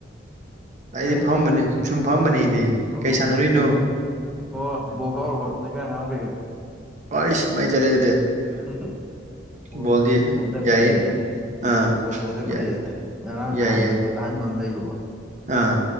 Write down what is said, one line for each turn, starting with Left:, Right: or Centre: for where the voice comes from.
Right: ꯑꯩꯗꯤ
Centre: ꯀꯔꯤ
Right: ꯐꯝꯕꯅꯤ ꯁꯨꯝ ꯐꯝꯕꯅꯦ ꯑꯩꯗꯤ
Centre: ꯑꯣ
Right: ꯀꯩ
Centre: ꯑꯣꯀꯦ
Right: ꯁꯥꯟꯅꯔꯨꯏꯅꯣ
Centre: ꯑꯣꯀꯦ ꯑꯣ ꯕꯣ ꯀꯥꯎꯔꯨꯕ ꯂꯩꯀꯥꯏ ꯑꯉꯥꯡ ꯀꯩꯒ
Right: ꯄ ꯏꯁ ꯃꯩ ꯆꯠꯂꯦ ꯑꯗꯨꯗꯤ
Centre: ꯍꯨꯝ ꯍ ꯕꯣꯜ
Right: ꯕꯣꯜꯗꯤ
Centre: ꯁꯥꯟꯅꯗ
Right: ꯌꯥꯏꯌꯦ
Centre: ꯀꯨꯏꯔꯦꯗ
Right: ꯑꯥ
Centre: ꯕꯣꯜ ꯁꯥꯟꯅꯗ ꯀꯨꯏꯔꯦꯗ
Right: ꯌꯥꯏ
Centre: ꯉꯔꯥꯡ
Right: ꯌꯥꯏ
Centre: ꯅꯍꯥꯟꯗꯨ
Right: ꯌꯥꯏ
Centre: ꯑꯍꯟꯕ ꯑꯃ ꯂꯩꯔꯨꯕ
Right: ꯑꯥ